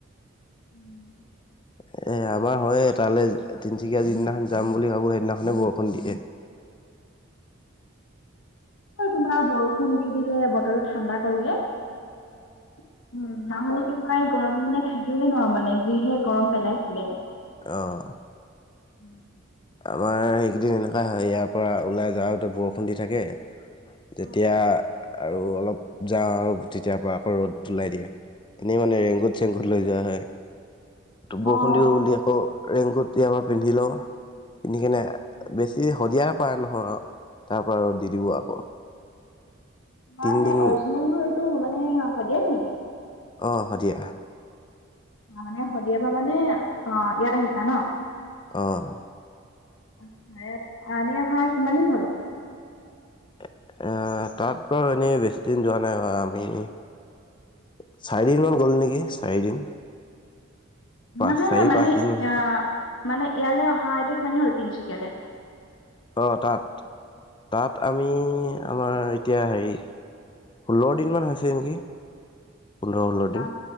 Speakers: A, on the left (about 75°); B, on the left (about 25°).
A: উম।
B: এ, আমাৰ হয়, তালৈ তিনচুকীয়া যিদিনাখন যাম বুলি ভাবো সেইদিনাখনে বৰষুণ দিয়ে। <inaudible>
A: তোমাৰ বৰষুণ দি দিলে, বতৰটো ঠাণ্ডা কৰিলে। উম, নহায়। তোমাৰ গৰম মানে থাকিবলৈ নোৱাৰো মানে যিহে গৰম পেলাইছিলে।
B: অ'।
A: উম।
B: আমাৰ সেইকেইদিন এনেকুৱা হয়, ইয়াৰ পৰা ওলাই যাওঁতে বৰষুণ দি থাকে। যেতিয়া
A: অ',
B: আৰু অলপ যাওঁ, আৰু তেতিয়াৰ পৰা আকৌ ৰ'দ ওলাই দিয়ে। এনেই মানে ৰেংগুট, চেংগুত লৈ যোৱা হয়। বৰষুণ
A: অ',
B: দি উল আকৌ ৰেংকুট ইয়াৰাৰ পিন্ধি লওঁ পিন্ধি কিনে, বেছি শদিয়াৰ পৰা নহয়, তাৰ পৰা ৰ' দি দি'ব আকৌ।
A: তোমৰ
B: তিনিদিন
A: এনে, অৰিজিনেল ঘৰটো মানে শদিয়াত নেকি?
B: অ, সদিয়া।
A: অ, মানে শদিয় পৰা মানে, অ, ইয়াত আহিছা ন।
B: অঁ
A: আচ্ছা, ইয়াত আনি অহা কিমান দিন হ'ল?
B: এ, তাত। চাৰিদিনমান গ'ল নেকি, চাৰিদিন। পাঁচ
A: নহয়,
B: চাৰি
A: হয়, মানে
B: পাঁচদিনমান হৈছে
A: অ, মানে ইয়ালৈ অহা আইতাক কিমানি হ'ল তিনিচুকিয়া। কেলে
B: অ, তাত, তাত আমি আমাৰ এতিয়া হেৰি, ষোল্ল দিনমান হৈছে নেকি। পোন্ধৰ ষোল্ল দিন
A: অ,